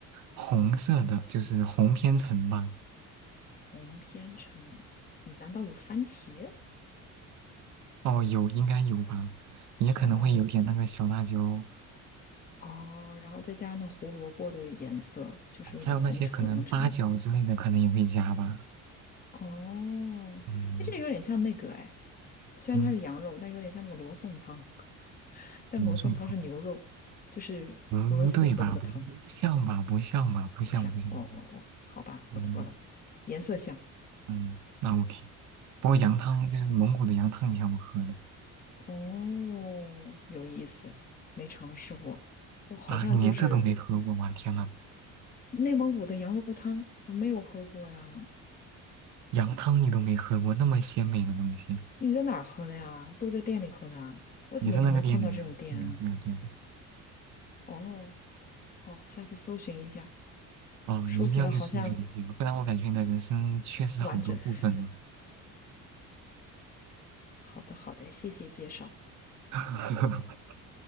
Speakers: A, on the right; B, on the left.
A: 红色的，就是红偏橙吧。
B: 红编程，难道有番茄？
A: 哦，有，应该有吧，也可能会有点那个小辣椒，
B: 哦哦，然后再加上那胡萝卜的颜色，就是有点红橙红橙的。
A: 还有那些可能八角之类的，可能也会加吧。
B: 哦，
A: 嗯
B: 哎，这个有点像那个哎，虽然它是羊肉，
A: 嗯，
B: 但有点像那个罗宋汤，但罗宋汤是牛肉，
A: 罗宋汤，
B: 就是俄罗斯喝那个汤
A: 不对吧？不像吧？不像吧？不像不像。
B: 不像。哦哦哦，好吧，
A: 嗯
B: 我错了，颜色像。
A: 嗯，那 OK。不过羊汤就是蒙古的羊汤，挺好喝的
B: 哦，有意思，没尝试过。我好像就是
A: 啊！你连这都没喝过吗？天呐，
B: 内蒙古的羊肉汤，我没有喝过呀。
A: 羊汤你都没喝过，那么鲜美的东西，
B: 你在哪儿喝的呀？都在店里喝的啊？我怎么就没碰到这种店啊？
A: 也是那个店里呀、对呀、对呀、对呀、
B: 哦，好，下次搜寻一下。
A: 哦，
B: 说起来好像
A: 你一定要去搜寻一下，不然我感觉你的人生缺失好多部分啊。
B: 不完整。<laughs> 好的，好的，谢谢介绍，
A: <laughs>